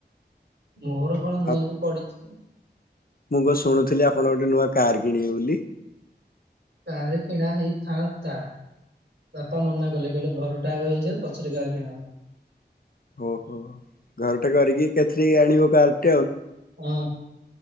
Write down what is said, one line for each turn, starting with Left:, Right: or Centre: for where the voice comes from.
Right: ମୋର କଣ ମୁଁ
Left: ଆ
Right: ଏମିତି ପଢିଛି।
Left: ମୁଁ କ ଶୁଣୁଥିଲି ଆପଣ ଗୋଟେ ନୂଆ କାର କିଣିବେ ବୋଲି।
Right: କାରେ କିଣା ହେଇଥାନ୍ତା ବାପା ମନା କଲେ କହିଲେ ଘରଟା ଆଗ ହେଇଯାାଉ ପଛରେ କାହାର କିଣା ହବ।
Left: ଓହୋ ଘରଟା କରିକି କେତ ଆଣିବୁ କାରଟି।
Right: ହଁ